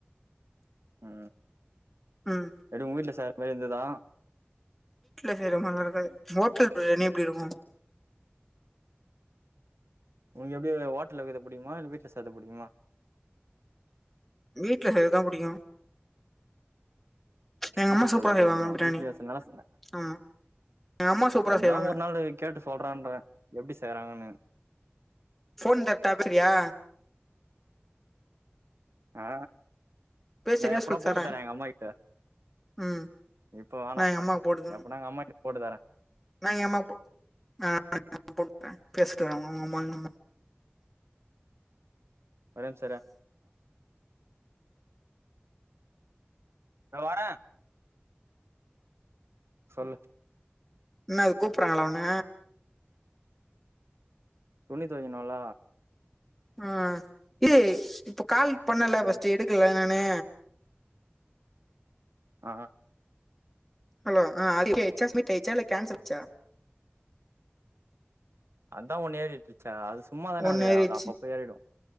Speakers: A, on the right; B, in the centre.
A: அ
B: ம்
A: எப்டி உங்க வீட்ல சாப்புட்ற மாரி இருந்துதா
B: வீட்ல செய்ற மாரில்லா இருக்காது ஹோட்டல் பிரியாணி எப்டி இருக்கோ
A: உனக்கு எப்டி ஓட்டல்ல கீது புடிக்குமா இல்ல வீட்ல செய்றது புடிக்குமா
B: வீட்ல செய்றதா புடிக்கோ எங்க
A: வீட்ல
B: அம்மா
A: செய்தா
B: சூப்பரா
A: புடிக்குமா
B: செய்வாங்க பிரியாணி
A: வீட்லயா செய்தா நல்லா செந்த
B: ஆமா எங்க அம்மா சூப்பரா
A: அதா
B: செய்வாங்க
A: ஒரு நாளு கேட்டு சொல்றான்ற எப்டி செய்யறாங்கன்னு
B: ஃபோன் தர்ட்டா பேசுறியா
A: அ
B: பேசுறியா
A: நா எப்பனா
B: சொல்லு
A: போட்டு
B: தரே
A: தர எங்க அம்மா கிட்ட
B: ம்
A: இப்ப வேணா
B: நா எங்க அம்மாக்கு போட்டுதரே
A: எப்பனா எங்க அம்மாகிட்ட போட்டு தர
B: நா எங்க அம்மா போ <inaudible> போட்டு தரே பேசட்டு உங்க அம்மாவு எங்க அம்மாவு
A: ஒரே நிம்ஷோ இரு தோ வர சொல்லு
B: இன்னாது கூப்புட்றாங்ளா உன்ன
A: துணி தோயிக்கணுல
B: ஆ இல்லே இப்ப கால்
A: துணி
B: பண்ணல
A: தொவை
B: ஃபர்ஸ்ட்டு எடுக்கல்ல நானு
A: அ
B: ஹலோ அ அடிக்கியாச்சா ஸ்மீட்டாயிச்சா இல்ல கேன்சல் ஆயிச்சா
A: அதா ஒன்னு ஏறிட்டுருச்சா அது சும்மாதானே
B: ஒன்னு
A: அது
B: ஏறிச்சு
A: அது அப்பப்ப ஏறிடோ